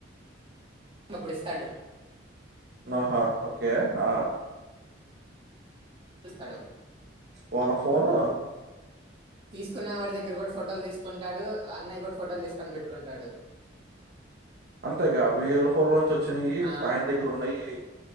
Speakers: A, on the right; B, on the right.
A: డబ్బులిస్తాడు
B: ఆహా ఓకే ఆ
A: పిస్తాడు
B: వాళ్ళ ఫోనూ
A: తీసుకున వాడి దగ్గర గుడ ఫోటోలు తీసుకుంటాడు అన్నయ గుడ ఫోటోలు తీసుకొని పెట్టుకుంటాడు
B: అంతేగా వీళ్ళ ఫోన్లో నుంచి వచ్చినాయి
A: ఆ!
B: ఆయన దెగ్గరున్నయి